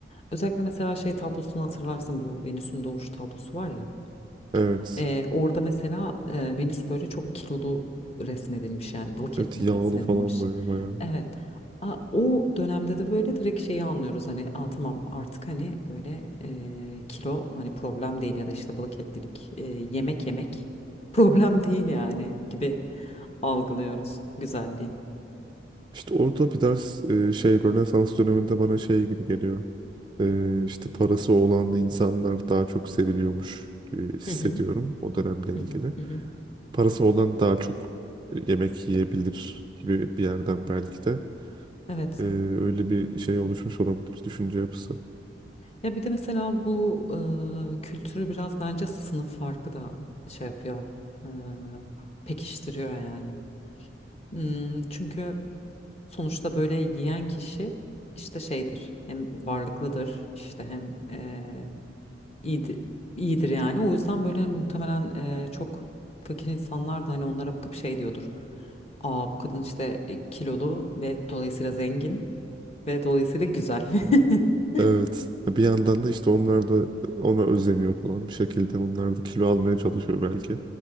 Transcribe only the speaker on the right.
Evet.
Evet
yağlı
falan böyle bayağı.
İşte orada bir ders e, şey Rönesans döneminde bana şey gibi geliyor. E, işte parası olan insanlar daha çok seviliyormuş gibi hissediyorum
o dönemle ilgili.
Parası olan daha çok e, yemek yiyebilir gibi bir yerden belki de.
Ee, öyle bir şey oluşmuş olabilir düşünce yapısı.
Evet. Bir yandan da işte onlar da ona özeniyor falan bir şekilde. Onlar da kilo almaya çalışıyor belki.